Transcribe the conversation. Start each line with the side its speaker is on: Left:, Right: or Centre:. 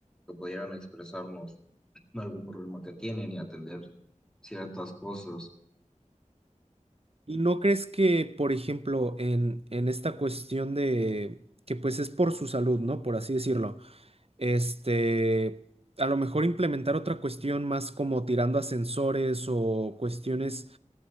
Centre: que pudieran expresarnos algún problema que tienen y atender ciertas cosas.
Right: ¿Y no crees que, por ejemplo, en, en esta cuestión de que pues es por su salud, ¿no? Por así decirlo, este, a lo mejor implementar otra cuestión más como tirando a sensores o cuestiones